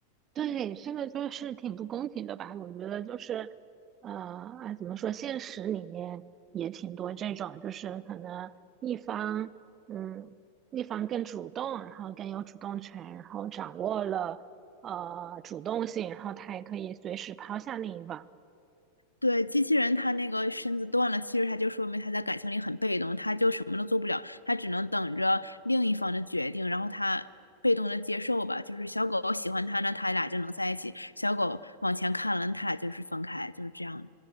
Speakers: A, on the right; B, on the left.
A: 对，这个就是挺不公平的吧？我觉得就是，呃，啊，怎么说，现实里面也挺多这种，就是可能一方，嗯，一方更主动，然后更有主动权，然后掌握了呃主动性，然后他也可以随时抛下另一方。
B: 对，机器人他那个身子断了，其实他就说明他在感情里很被动，他就什么都做不了，他只能等着另一方的决定，然后他被动的接受吧。就是小狗喜欢他呢，他俩就能在一起；小狗往前看了，他俩就是分开，就是这样。